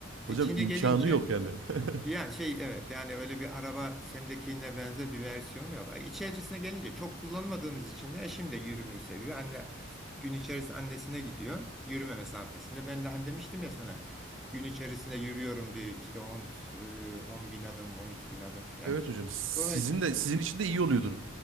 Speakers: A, in the centre; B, on the right.
A: İçine
B: Hocam imkanı
A: gelince
B: yok yani. <laughs>
A: Ya şey evet yani öyle bir araba sendekine benzer bir versiyon yok. Ay, İçerisine gelince çok kullanmadığımız için de eşim de yürümeyi seviyor. Anne gün içerisinde annesine gidiyor yürüme mesafesinde. Ben de hani demiştim ya sana gün içerisinde yürüyorum bir işte 10, e, 10 bin adım 12 bin adım filan.
B: Evet hocam sizin
A: Dolayısıyla
B: de sizin için de iyi oluyordur.